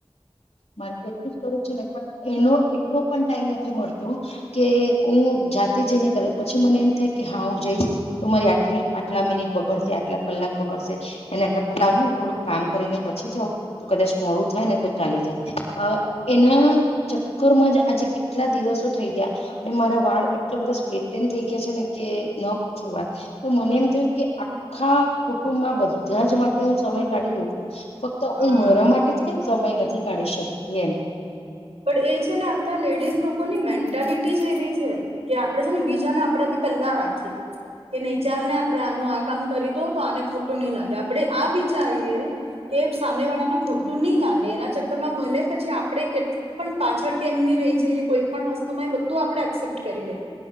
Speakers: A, on the left (about 80°); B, on the right (about 85°).
A: મારે તો એટલું જ કરું છે ને પણ એનો એટલો પણ ટાઈમ નથી મળતો કે હું. જાતે જઈને કરે પછી મને એમ થાય કે હા હું જઈશ તો મારી આટલી આટલા મિનિટ બગડશે આટલા કલાક. લગ બગડસે. એના કરતા લાવ થોડુંક કામ કરીને પછી જઉ તો કદાચ મોડું થાય ને તો ચાલી જાય. એના. કુકર માં જ આજે કેટલા દિવસો થઈ ગયા અને મારા વાળ માં એટલા બધા સપ્લીટ એન્ડ થઈ ગયા છે ને કે. ન પૂછ વાત તો મને એમ થય કે આખા કુટુંબમાં બધ. બધાજ માટે હું સમય કાઢી લઉ છું ફક્ત
B: હા
A: હું મારા માટે જ કેમ સમય નથી. <unintelligible> ઢી શકીએ એમ
B: પણ એ છે ને આપણા લેડીઝ લોકોની મેન્ટાલિટી જ એવી છે કે આપણેે છે ને બીજાને આપણાથી. પલા રાખી. કે નહી ચાલ ને આપણેે આનું આ કામ કરી દો તો આને ખોટું નહી લાગે આપડણે આ વિચારીએ. કે સામે વાળાને ખોટું ની લાગે એના ચક્કરમાં ભલે પછી આપડે કેટલા. પણ પાછળ કેમની રહી જઈએ કોઈ પણણ વસ્તુમાં એ બધું આપડે એક્સેપ્ટ કરી લઈએ.